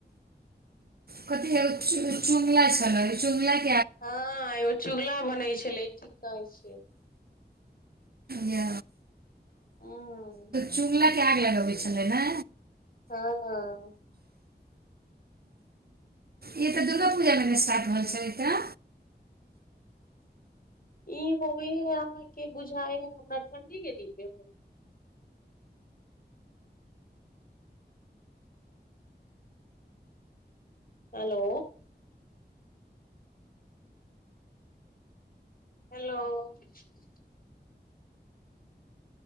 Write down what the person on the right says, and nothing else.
कथी हे छु चुगिया छलय चुगिया
य
चुगलाके आगि लगबै छलै ने
ई तऽ दुर्गा पूजा मे स्टार्ट भेल छय